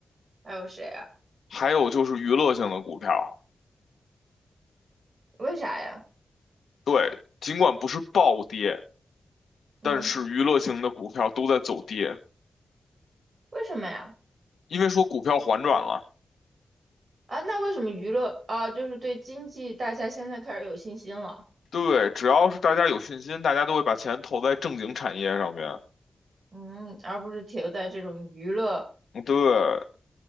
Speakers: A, on the right (about 40°); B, on the left (about 75°).
A: 还有谁啊？
B: 还有就是娱乐性的股票。
A: 为啥呀？
B: 对，尽管不是暴跌，
A: 嗯，
B: 但是娱乐性的股票都在走跌，
A: 为什么呀？
B: 因为说股票反转了。
A: 啊，那为什么娱乐啊，就是对经济大家现在开始有信心了，
B: 对，只要是大家有信心，大家都会把钱投在正经产业上面。
A: 嗯，而不是停留在这种娱乐
B: 对，